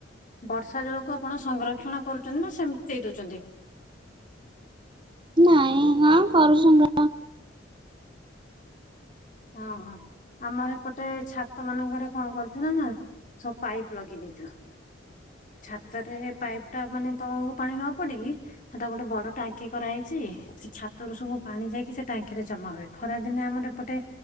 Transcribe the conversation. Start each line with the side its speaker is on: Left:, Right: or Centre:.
Left: ବର୍ଷା ଜଳକୁ ଆପଣ ସଂରକ୍ଷଣ କରୁଛନ୍ତି ନା ସେ-ମିତି ଦେଇ ଦଉଛନ୍ତି?
Right: ନାଇଁ ହଁ କରୁଛୁ ସ
Left: ଓହୋ! ଆମର ଏପଟେ ଛାତ ମାନଙ୍କରେ କଣ କରିଛୁ ନା ନା ସବୁ ପାଇପ୍ ଲଗେଇ ଦେଇଛୁ। ଛାତରେ ପାଇପ୍ ଟା ମାନେ ତଳକୁ ପାଣି ନ ପଡିକି ହେଟା ଗୋଟେ ବଡ଼ ଟାଙ୍କି କରାହେଇଛି। ସେ ଛାତରୁ ସବୁ ପାଣି ଯାଇକି। ସେ ଟାଙ୍କିରେ ଜମା ହୁଏ। ଖରା ଦିନେ ଆମର ଏପଟେ